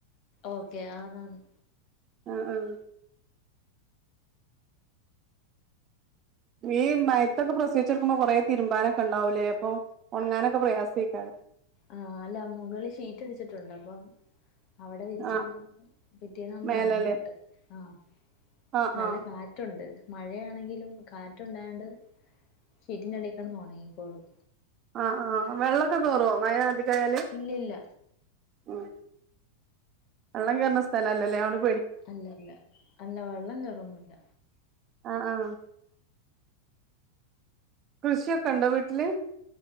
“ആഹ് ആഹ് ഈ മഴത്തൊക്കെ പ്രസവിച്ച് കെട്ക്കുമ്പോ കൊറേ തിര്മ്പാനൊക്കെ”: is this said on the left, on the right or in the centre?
Right